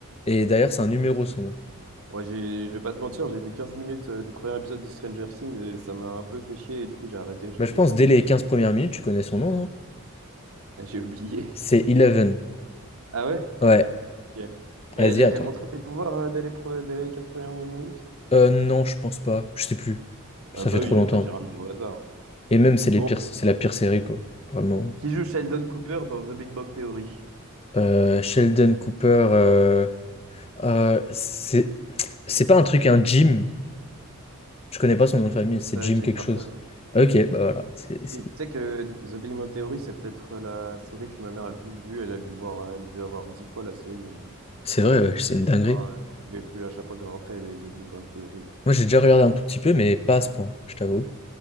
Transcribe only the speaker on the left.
Et d'ailleurs, c'est un numéro, son nom.
Bah,
je pense,
dès
les 15 premières minutes, tu connais son nom, non?
C'est Eleven.
Ouais.
Vas-y,
à toi.
Euh, non, je pense pas. Je sais plus. Ça
fait trop
longtemps.
Et même, c'est les
pires... c'est la pire série, quoi. Vraiment.
Euh, Sheldon Cooper... euh, euh, c'est... C'est pas un truc, un gym. Je connais pas son nom de famille,
c'est
Jim
quelque
chose. Ah, Ok, bah voilà. C'est c'est-
c'est vrai, ouais, c'est une dinguerie.
Moi, j'ai déjà regardé un tout petit peu, mais pas à ce point, je t'avoue.